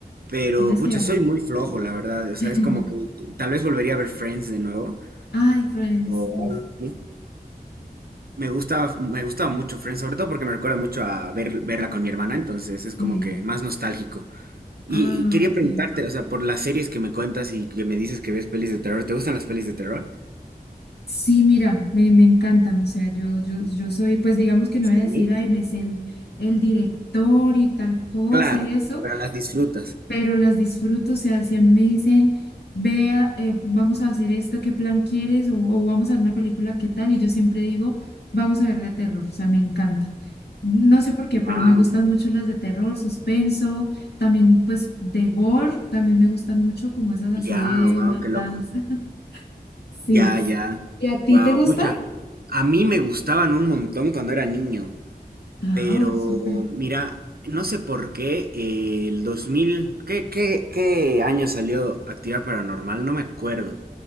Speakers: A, on the right; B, on the left.
A: pero
B: Tienes
A: pucha,
B: que verla.
A: soy muy flojo, la verdad. O sea,
B: <laughs>
A: es como que tal vez volvería a ver Friends de nuevo.
B: Ay, Friends.
A: O algo
B: Uf,
A: así. me gusta, me gustaba mucho Friends, sobre todo porque me recuerda mucho a ver, verla con mi hermana, entonces es como
B: sí.
A: que más nostálgico. Y,
B: Ah,
A: y quería
B: ok.
A: preguntarte, o sea, por las series que me cuentas y que me dices que ves pelis de terror, ¿te gustan las pelis de terror?
B: Sí, mira, me, me encantan. O sea, yo, yo, yo soy, pues digamos que no
A: Sí.
B: voy a decir, ay, me sé el, el director y tal cosa
A: Claro,
B: y eso,
A: pero las disfrutas.
B: pero las disfruto. O sea, si a mí me dicen, vea, eh, vamos a hacer esto, ¿qué plan quieres? O, o vamos a ver una película, ¿qué tal? Y yo siempre digo, vamos a ver de terror. O sea, me encanta. No sé por qué,
A: Wow,
B: pero me gustan mucho las de terror, suspenso, también pues de gore, también me gustan mucho como esas así
A: ya,
B: de
A: wow,
B: matanza.
A: qué loco.
B: <laughs> Sí.
A: Ya, ya.
B: ¿Y a ti
A: Wow,
B: te gusta?
A: pucha. A mí me gustaban un montón cuando era niño,
B: Ah,
A: pero
B: oh, súper.
A: mira, no sé por qué eh, el 2000, ¿qué, qué, qué año salió Actividad Paranormal? No me acuerdo.